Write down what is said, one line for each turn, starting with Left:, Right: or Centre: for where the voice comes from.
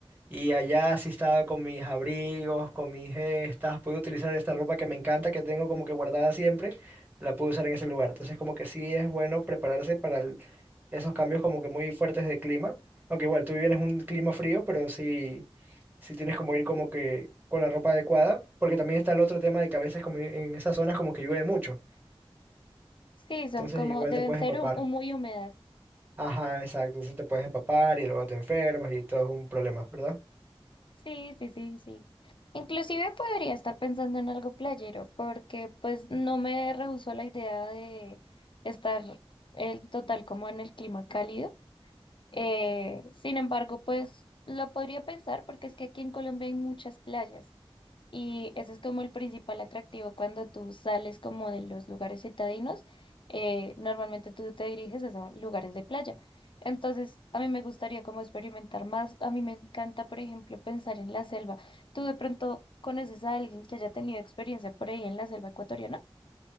Right: Y allá sí estaba con mis abrigos, con mis gestas, pude utilizar esta ropa que me encanta, que tengo como que guardada siempre, la pude usar en ese lugar. Entonces como que sí es bueno prepararse para el- esos cambios como que muy fuertes de clima. Aunque igual tú vienes un clima frío, pero sí, sí tienes como ir como que con la ropa adecuada, porque también está el otro tema de que a veces como en esas zonas como que llueve mucho.
Left: Sí, son
Right: Entonces
Left: como,
Right: igual
Left: deben
Right: te puedes
Left: ser
Right: empapar.
Left: hum- muy húmedas.
Right: Ajá, exacto, entonces te puedes empapar y luego te enfermas y todo es un problema, ¿verdad?
Left: Sí, sí, sí, sí. Inclusive podría estar pensando en algo playero, porque pues no me rehusó la idea de estar el total como en el clima cálido. Eh, sin embargo, pues lo podría pensar porque es que aquí en Colombia hay muchas playas. Y ese es como el principal atractivo cuando tú sales como de los lugares citadinos. eh, normalmente tú te diriges es a lugares de playa. Entonces, a mí me gustaría como experimentar más. A mí me encanta, por ejemplo, pensar en la selva. ¿Tú de pronto conoces a alguien que haya tenido experiencia por ahí en la selva ecuatoriana?